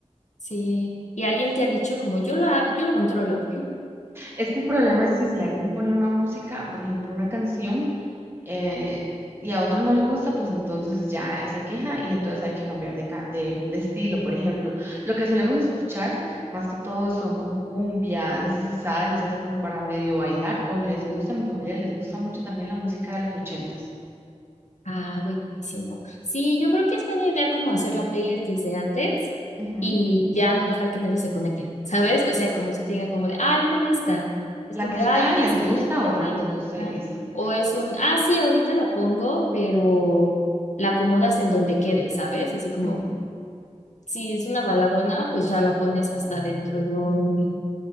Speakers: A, on the left; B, on the right.
A: sí, y alguien te ha dicho como yo la, yo lo controlo.
B: Es que el problema es que si alguien pone una música, por ejemplo, una canción, eh, y a otro no le gusta, pues entonces ya se queja y entonces hay que cambiar de, ca- de, de estilo, por ejemplo. Lo que solemos escuchar, más que todo, son como cumbias, salsas, como para medio bailar, o les gusta, a mi familia les gusta mucho también la música de los ochentas.
A: Ah, buenísimo. Sí, yo creo que es buena idea como hacer la playlist desde antes
B: Ujú.
A: y ya no dejar que nadie se conecte, ¿sabes? O sea, como si te digan como de, ay, pon esta. Es
B: La
A: como
B: que
A: de,
B: está,
A: ay, oye,
B: les
A: es que
B: gusta
A: ya está.
B: o no les gusta
A: ah".
B: y listo.
A: O es un, ah, sí, ahorita la pongo, pero la acomodas en donde quede, ¿sabes? Así como,
B: Ujú.
A: si es una baladona, pues ya la pones hasta dentro de un,